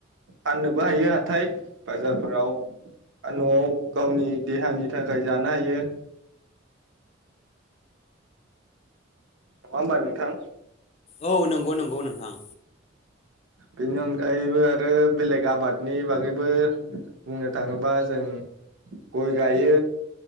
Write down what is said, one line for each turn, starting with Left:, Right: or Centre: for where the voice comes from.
Right: फाननोबो हायो हाथाय बाजारफोराव आरो नआव गावनि देहानि थाखाय जानो हायो नङा होमबा नोंथां
Left: औ नंगौ नंगौ नोंथां
Right: बेनि अनगायैबो आरो बेलेग आबादनि बागैबो बुंनो थाङोबा जों गय गायो,